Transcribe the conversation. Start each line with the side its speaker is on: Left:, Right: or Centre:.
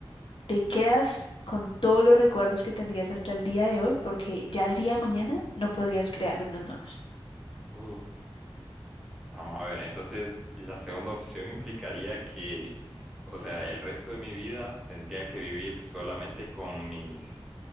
Left: te quedas con todos los recuerdos que tendrías hasta el día de hoy, porque ya el día de mañana no podrías crear unos nuevos.
Centre: Uf, Vamos a ver, entonces la segunda opción implicaría que, o sea, el resto de mi vida tendría que vivir solamente con mis